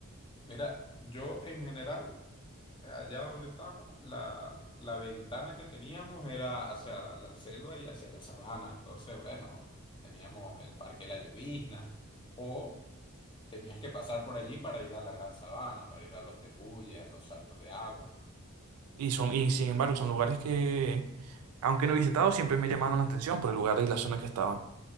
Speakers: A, on the left (about 20°); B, on the right (about 75°).
A: Mira, yo en general, allá donde estábamos, la, la ventana que teníamos era hacia la selva y hacia la sabana. Entonces, bueno, teníamos el Parque La Llovizna o tenías que pasar por allí para ir a la Gran Sabana, para ir a los tepuyes, a los saltos de agua.
B: Y, son, y sin embargo, son lugares que, aunque no he visitado, siempre me llamaron la atención por el lugar y la zona que estaba